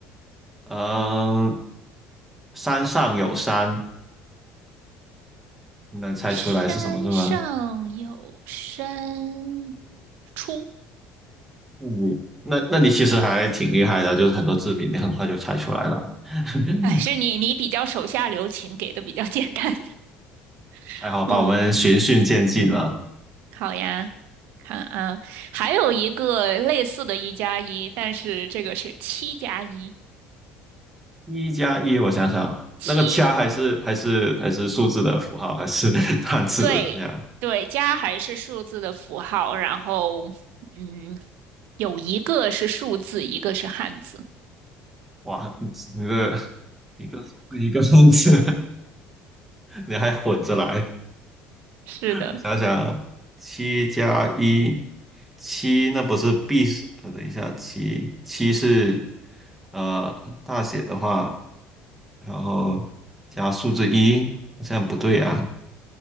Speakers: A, in the centre; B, on the right.
A: 嗯，山上有山，你能猜出来是什么是吗？
B: 山上有山出，
A: 嗯，那那你其实还挺厉害的，就是很多字谜你很快就猜出来了。<laughs>
B: 哎，是你你比较手下留情，给的比较简单。<laughs>
A: 还好吧，
B: 嗯，
A: 我们循序渐进了。
B: 好呀，看啊，还有一个类似的一加一，但是这个是七加一，
A: 一加一，我想想，
B: 七，
A: 那个加还是还是还是数字的符号，还是 <laughs> 汉字的加？
B: 对对，加还是数字的符号，然后嗯，有一个是数字，一个是汉字。
A: 哇，你你的一个数字一个汉字，<laughs> 你还混着来。
B: 是的，
A: 我想想啊，七加一，七那不是 B 是？呃等一下，七七是呃大写的话，然后加数字一，这样不对啊。